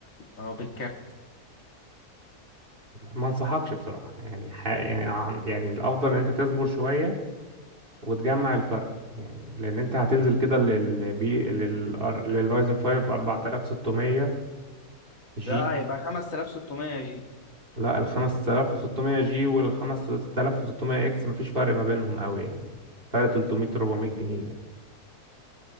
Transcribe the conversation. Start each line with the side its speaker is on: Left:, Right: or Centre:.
Left: أه بالكارت
Right: ما انصحكش بصراحة يعني ح... يعني عن- يعني الافضل ان انت تصبر شوية وتجمع الفرق يعني لان انت هتنزل كده للبي لل للرايزن 5 4600 جي
Left: ده هيبقى 5600 يا جي
Right: لا ال 5600 جي وال 5600 اكس مفيش فرق ما بينهم قوي يعني فرق 300 400 جنيه يعني